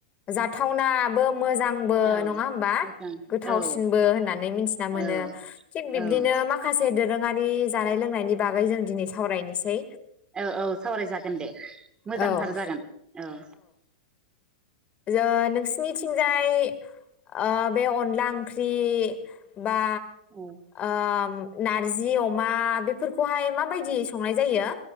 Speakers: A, on the left; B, on the right.
A: जाथावनाबो मोजां। बो
B: औ
A: नङा होनबा
B: मोजां
A: गोथावसिनबो
B: औ
A: होननानै मिथि मोनो
B: औ
A: थिग बिबदिनो
B: औ
A: मा से दोरोङारि जानाय लोंनायनि बागै जों दिनै सावरायनोसै।
B: औ औ सावरायजागोन दे मोजांथार
A: औ
B: जागोन औ।
A: जो नोंसिनिथिंजाय ओ बे अनला ओंख्रि बा
B: औ
A: ओ नारजि अमा बेफोरखौ खौहाय मा बायदि संनाय जायो?